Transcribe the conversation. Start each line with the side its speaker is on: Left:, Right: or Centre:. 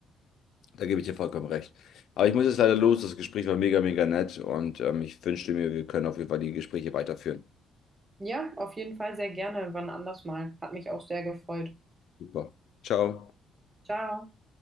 Left: Da gebe ich dir vollkommen recht. Aber ich muss jetzt leider los. Das Gespräch war mega, mega nett und ähm, ich wünschte mir, wir können auf jeden Fall die Gespräche weiterführen.
Right: Ja, auf jeden Fall sehr gerne, wann anders mal. Hat mich auch sehr gefreut.
Left: Super. Ciao.
Right: Ciao.